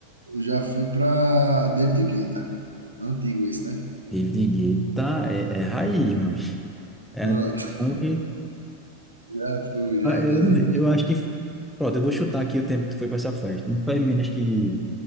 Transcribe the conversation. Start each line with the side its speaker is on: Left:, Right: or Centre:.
Right: Eu já fui pra David Guetta. Antigo esse, né?
Centre: David Guetta é, é raiz, meu amigo. É,
Right: Ah,
Centre: então, e-
Right: Já fui, já,
Centre: ah, é, eu,
Right: nas
Centre: não-
Right: antigas.
Centre: eu acho que... Pronto, eu vou chutar aqui o tempo que tu foi pra essa festa. Não faz menos que